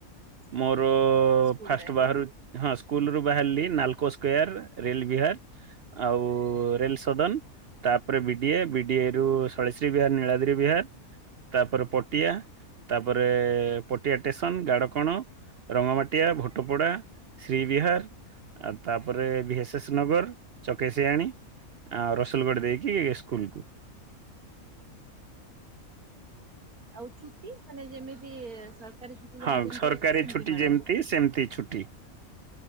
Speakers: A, on the right; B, on the right.
A: ସେଇ
B: ମୋର
A: ସ୍କୁଲ
B: ଫାଷ୍ଟ
A: ଟା
B: ବାହାରୁ ହଁ ସ୍କୁଲ ରୁ ବାହାରିଲି ନାଲକୋ ସ୍କୋୟାର୍ ରେଲ୍ ବିହାର ଆଉ ରେଲ୍ ସଦନ୍ ତାପରେ ବିଡିଏ ବିଡିଏରୁୁ, ଶୈଳଶ୍ରୀ ବିହାର, ନୀଳାଦିି ବିହାର ତାପରେ ପଟିଆ। ତାପରେ ପଟିଆ ଟେସନ, ଗାଡ଼କଣ, ରଙ୍ଗମାଟିଆ ଭୋଟପଡ଼ା ଶ୍ରୀ ବିହାର ଆଉ ତାପରେ ବିଏସେଶ ନଗର, ଚକେସିଆଣୀ। ଆଉ ରସୁଲଗଡ଼ ଦେଇକି ସ୍କୁଲକୁୁ!
A: ଆଉ ଛୁଟି ମାନେ ଯେମିତି ଛୁଟି
B: ହଁ
A: ଯାହା ଯେମିତି
B: ସରକାରୀ
A: ଅଛି ସେମିତି
B: ଛୁଟି
A: ମିଳେ।
B: ଯେମତି ସେମତି ଛୁଟି।